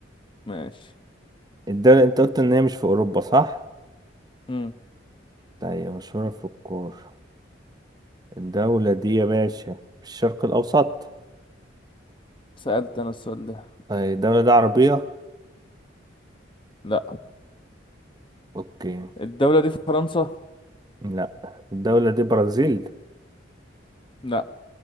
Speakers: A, on the left; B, on the right.
A: ماشي
B: الدولة انت قلت ان هي مش في أوروبا صح؟
A: مم.
B: طيب مشهورة في الكورة الدولة دي يا باشا في الشرق الأوسط
A: سألت انا السؤال ده
B: طيب الدولة دي عربية؟
A: لا
B: اوكي
A: الدولة دي في فرنسا
B: لا الدولة دي برازيل
A: لا